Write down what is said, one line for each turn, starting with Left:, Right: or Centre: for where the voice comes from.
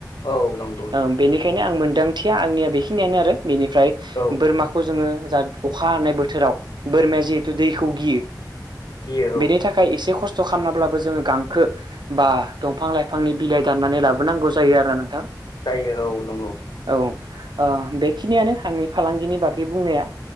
Left: औ नं
Right: ओं बेनिखायनो आं मोनदांथिया आंनिया बेखिनियानो आरो बेनिफ्राय
Left: औ
Right: बोरमाखौ
Left: औ
Right: जोङो जा अखा हानाय बोथोराव बोरमाया जिहेथु दैखौ गियो
Left: गियो औ
Right: बेनि थाखाय एसे खस खस्थ' खालामनाब्लाबो जोङो गांखो बा दंफां लाइफांनि बिलाइ दाननानै लाबोनांगौ जायो आरोना नोंथां
Left: जायो औ नंगौ
Right: औ ओ बेखिनियानो आंनि फालांगिनि बागै बुंनाया